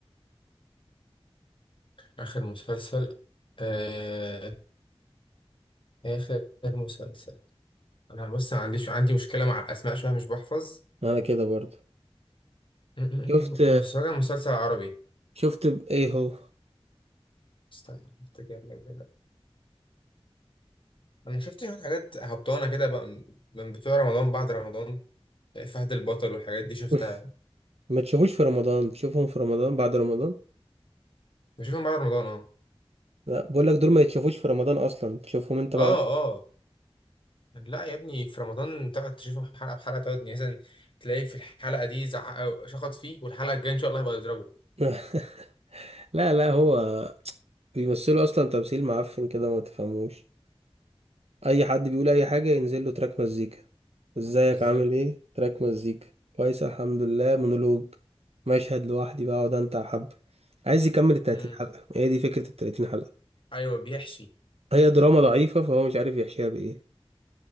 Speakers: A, on the left (about 55°); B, on the right (about 80°).
A: اخر مسلسل آه، آخر مسلسل أنا بص ما عنديش عندي مشكلة مع الأسماء شوية مش بحفظ
B: انا كده برضه
A: م- م-
B: شفت
A: م. بس هو كان مسلسل عربي
B: شفت ب- ايه هو
A: استنى أفتكر لك دلوقتي أنا شفت شوية حاجات هبطانة كده بقى من بتوع رمضان بعد رمضان يعني فهد البطل والحاجات دي شفتها
B: <laughs> ما تشوفوش في رمضان تشوفهم في رمضان بعد رمضان
A: بشوفهم بعد رمضان أه
B: لا بقول لك دول ما يتشافوش في رمضان اصلا تشوفهم انت بعد
A: أه أه لا يا ابني في رمضان تقعد تشوفهم حلقة بحلقة تقعد يعني مثلا تلاقي في الحلقة دي زعق شخط فيه والحلقة الجاية إن شاء الله هيبقى يضربه
B: <laughs> لا لا هو بيمثلوا اصلا تمثيل معفن كده ما تفهموش اي حد بيقول اي حاجه ينزل له تراك مزيكا ازيك
A: بالظبط
B: عامل ايه تراك مزيكا كويس الحمد لله مونولوج مشهد لوحدي بقعد انت حب عايز يكمل ال 30
A: مم.
B: حلقه هي دي فكره ال 30 حلقه
A: أيوه بيحشي
B: هي دراما ضعيفه فهو مش عارف يحشيها بايه